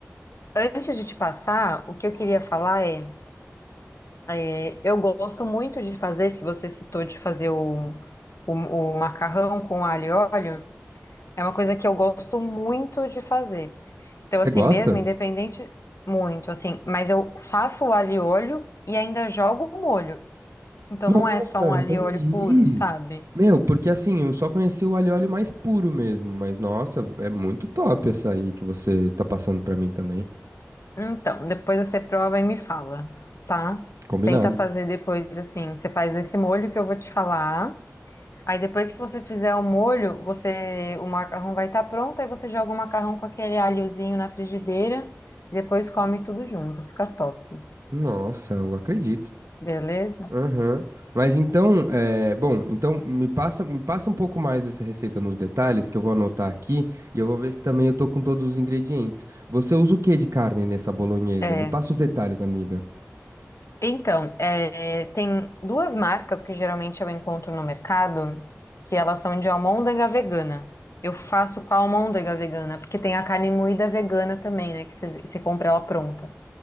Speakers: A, on the left; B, on the right.
A: Antes de te passar, o que eu queria falar é, é, eu gosto muito de fazer, que você citou de fazer o, o, o macarrão com alho e óleo, é uma coisa que eu gosto muito de fazer. Então,
B: Você
A: assim,
B: gosta?
A: mesmo, independente, muito, assim, mas eu faço o alho e óleo e ainda jogo o molho. Então
B: Nossa,
A: não é só um alho
B: entendi.
A: e óleo puro, sabe?
B: Meu, porque assim, eu só conheci o alho e óleo mais puro mesmo, mas nossa, é muito top essa aí que você tá passando pra mim também.
A: Então, depois você prova e me fala, tá?
B: Combinado.
A: Tenta fazer depois assim. Você faz esse molho que eu vou te falar. Aí depois que você fizer o molho, você o macarrão vai estar pronto. Aí você joga o macarrão com aquele alhozinho na frigideira e depois come tudo junto. Fica top,
B: Nossa, eu acredito.
A: beleza?
B: Aham. Mas então, é, bom, então me passa, me passa um pouco mais essa receita nos detalhes que eu vou anotar aqui e eu vou ver se também eu tô com todos os ingredientes. Você usa o que de carne nessa bolonhesa?
A: É,
B: Me passa os detalhes, amiga.
A: Então, é, tem duas marcas que geralmente eu encontro no mercado, que elas são de almôndega vegana. Eu faço com a almôndega vegana, porque tem a carne moída vegana também, né? Que você você compra ela pronta.